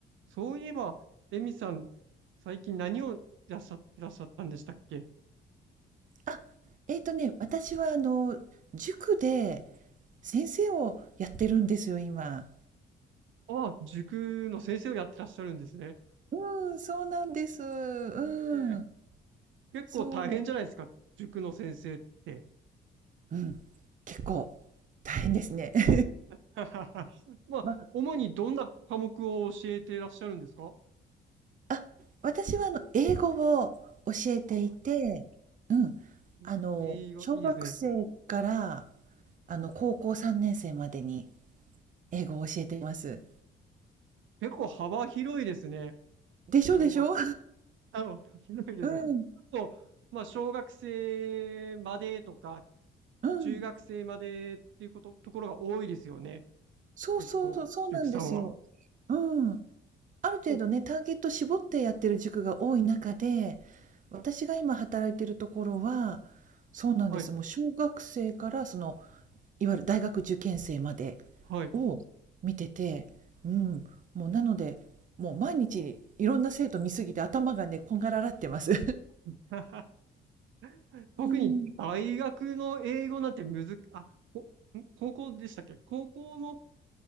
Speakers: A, on the right; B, on the right.
A: そういえば、エミさん、最近何をいらっしゃってらっしゃったんでしたっけ
B: あ、えっとね、私はあの、塾で先生をやってるんですよ、今。
A: ああ、塾の先生をやってらっしゃるんですね。
B: うん、そうなんです。うん、
A: ええ結構大変じゃないですか、
B: そう。
A: 塾の先生って。
B: うん、結構大変ですね。<laughs>
A: <laughs> まあ、
B: ま、
A: 主にどんな科目を教えてらっしゃるんですか
B: あ、私はあの、英語を教えていて、
A: あ、
B: うん、
A: え
B: あの、
A: 英語、
B: 小学生から
A: いいですね。
B: あの、高校3年生までに英語を教えています。
A: 結構幅広いですね。
B: でしょでしょ？
A: 小学、<laughs> あの、広いですね。
B: <laughs> うん、
A: 結構、まあ、小学生までとか、
B: うん。
A: 中学生までっていうこと、ところが多いですよね。
B: そうそうそう、
A: 結構、
B: そうなんですよ。
A: 塾さんは。
B: うん。ある程度ね、
A: お
B: ターゲット絞ってやってる塾が多い中で、私が今働いてるところは、そうなんです。
A: はい、
B: もう小学生からその、いわゆる大学受験生まで
A: はい。
B: を見てて、うん、もうなので、もう毎日いろんな生徒見すぎて頭がね、こんがらがってます。
A: <laughs> 特に大学の英語なんてむず、
B: うん、
A: あ、こ、ん高校でしたっけ高校の